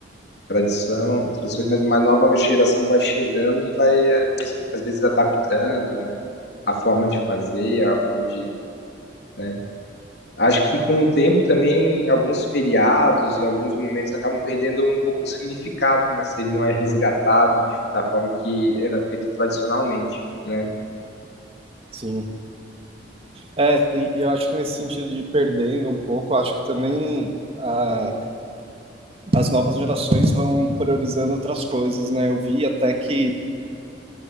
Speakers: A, on the left (about 65°); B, on the right (about 30°).
A: tradição, tradições, mas uma nova geração vai chegando e vai eh, mesmo, às vezes adaptando, né, a forma de fazer, a forma de, né? Acho que com o tempo também alguns feriados, alguns momentos acabam perdendo um pouco o significado, né, se ele não é resgatado de- da forma que era feito tradicionalmente, né?
B: Sim. É, e, e eu acho que nesse sentido de perdendo um pouco, eu acho que também a as novas gerações vão priorizando outras coisas, né? Eu vi até que